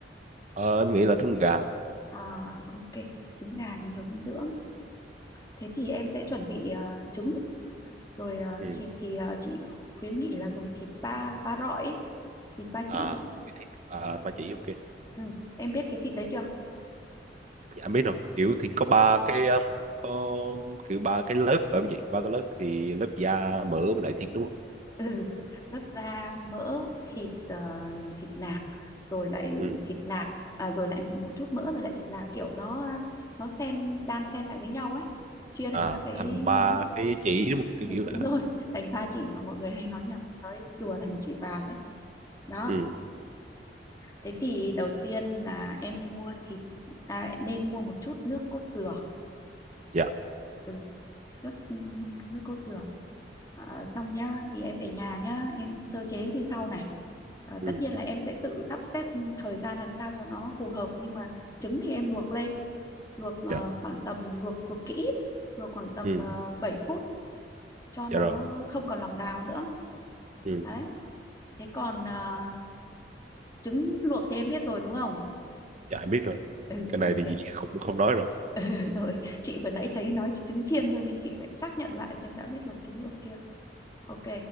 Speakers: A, on the right; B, on the left.
A: Ờ, em nghĩ là trứng gà
B: à ok trứng gà thì nhiều dinh dưỡng thế thì em sẽ chuẩn bị ờ, trứng rồi ờ,
A: ừ.
B: thịt thì ờ, chị khuyến nghị là dùng thịt ba ba rọi ấy, thịt ba
A: à
B: chỉ
A: cái thịt à, mà chị ok
B: ừ. em biết cái thịt đấy chưa
A: dạ, em biết rồi kiểu thịt có ba cái ờ, có kiểu ba cái lớp phải không chị ba cái lớp thì lớp da mỡ với lại thịt đúng không
B: <laughs> ừ, lớp da mỡ thịt ờ, thịt nạc rồi lại
A: ừ.
B: thịt nạc à, rồi lại một chút mỡ rồi lại thịt nạc kiểu nó nó xen đan xen lại với nhau ấy chia thành
A: à
B: các cái
A: thành ba
B: đấy
A: cái chỉ đúng không kiểu
B: ừ,
A: kiểu
B: đúng
A: vậy đó.
B: rồi <laughs> thành ba chỉ mà mọi người hay nói nhầm nói đùa thành chỉ vàng đấy đó
A: ừ.
B: thế thì đầu tiên là em mua thịt à, nên mua một chút nước cốt dừa
A: dạ
B: Ừ, nước nước cốt dừa Ờ, xong nhá thì em về nhà nhá em sơ chế như sau này Ờ,
A: ừ.
B: tất nhiên là em sẽ tự sắp xếp thời gian làm sao cho nó phù hợp nhưng mà trứng thì em luộc lên luộc ờ,
A: dạ
B: khoảng tầm luộc luộc kỹ luộc khoảng tầm
A: ừ.
B: ờ, 7 phút cho nó
A: dạ rồi
B: không còn lòng đào nữa
A: ừ.
B: đấy thế còn ờ, trứng luộc thì em biết rồi đúng không
A: dạ em biết rồi
B: ừ
A: cái
B: ok
A: này thì không không nói rồi
B: <laughs> rồi chị vừa nãy thấy nói trứng chiên thôi nên chị phải xác nhận lại xem đã biết luộc trứng luộc chưa Ok,